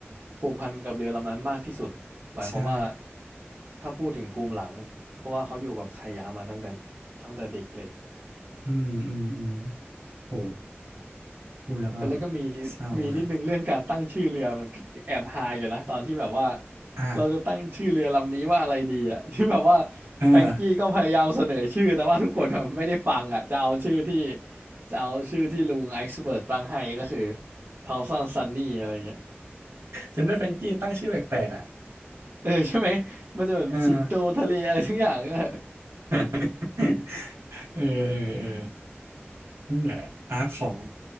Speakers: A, on the right; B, on the right.
A: ผูกพันกับเรือลำนั้นมากที่สุดหมายความว่า
B: ใช่
A: ถ้าพูดถึงภูมิหลังเพราะว่าเขาอยู่กับไคยามาตั้งแต่ตั้งแต่เด็กเลย
B: อืมอืมอืมโห พูดแล้วก็
A: เออแล้วก็มี
B: เศร้ามาก
A: มีนิดนึงเรื่องการตั้งชื่อเรือมันแอบฮาอยู่นะตอนที่แบบว่า
B: อ่ะ
A: เราจะตั้งชื่อเรือลำนี้ว่าอะไรดีอ่ะ <laughs> ที่แบบว่า
B: เออ
A: แฟรงกี้ก็พยายามเสนอชื่อแต่ว่าทุกคนแบบไม่ได้ฟังอ่ะจะเอาชื่อที่จะเอาชื่อที่ลุงไอซ์เบิร์กตั้งให้ก็คือเทาซันซันนี่อะไรเงี้ย
B: จำได้แฟรงกี้ตั้งชื่อแปลกๆอ่ะ
A: เออใช่ไหมมันจะแบบสิงโตทะเลอะไรทุกอย่าง
B: เออ
A: <laughs> เออ
B: <laughs> เออเออเออนี่แหละอาร์คของ